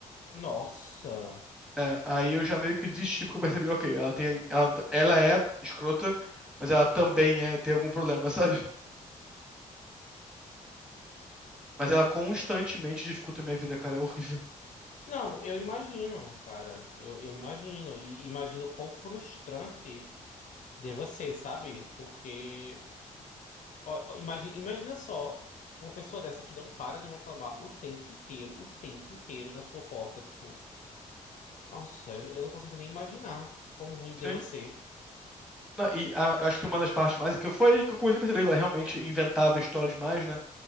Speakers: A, on the left (about 60°); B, in the centre.
A: Nossa.
B: É, aí eu já meio que desisti, porque eu percebi, ok, ela tem, ela, ela é escrota, mas ela também é, tem algum problema, sabe? Mas ela constantemente dificulta a minha vida, cara, é horrível.
A: Não, eu imagino, cara. Eu, eu imagino. E imagino o quão frustrante deva ser, sabe? Porque. ó, ó, imagi- imagina só uma pessoa dessa que não para de reclamar o tempo inteiro, o tempo inteiro na sua porta. Tipo, nossa, eu, não- eu não consigo nem imaginar quão ruim
B: <laughs> Sim.
A: deva ser.
B: Não, e a- acho que uma das partes mais que eu- foi que eu comecei a perceber que ela realmente inventava história demais, né?